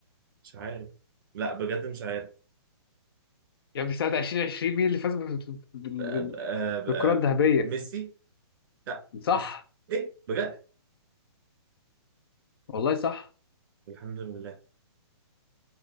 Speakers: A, on the right (about 50°); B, on the left (about 60°).
A: مش عارف لا بجد مش عارف
B: يا ابني سنة 2020 مين اللي فاز بال- بال-
A: أ- أ-
B: بالكرة الذهبية؟
A: أ- ميسي؟ لا
B: صح
A: ميسي ايه بجد؟
B: والله صح
A: الحمد لله